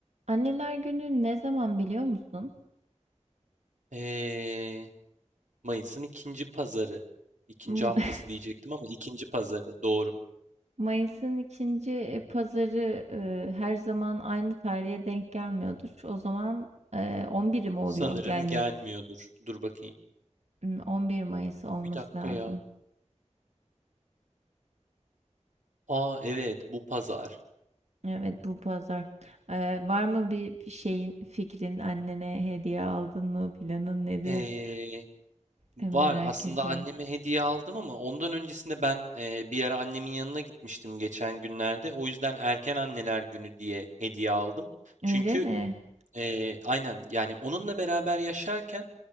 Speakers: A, on the right; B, on the right.
A: Anneler Günü ne zaman biliyor musun?
B: Ee, Mayıs'ın ikinci pazarı. İkinci
A: M-
B: haftası
A: <laughs>
B: diyecektim ama ikinci pazarı. Doğru.
A: Mayıs'ın ikinci pazarı e, her zaman aynı tarihe denk gelmiyordur. O zaman e, 11'i mi oluyor?
B: Sanırım
A: Yani
B: gelmiyordur. Dur bakayım.
A: m, 11 Mayıs olması
B: Bir dakika
A: lazım.
B: ya. Aa evet bu pazar.
A: Evet bu pazar. E, var mı bir bir şeyin fikrin annene hediye aldın mı? Planın nedir?
B: Ee, var
A: E, merak
B: aslında
A: ediyorum.
B: anneme hediye aldım ama ondan öncesinde ben e, bir ara annemin yanına gitmiştim geçen günlerde. O yüzden erken anneler günü diye hediye aldım.
A: Öyle
B: Çünkü
A: mi?
B: e, aynen yani onunla beraber yaşarken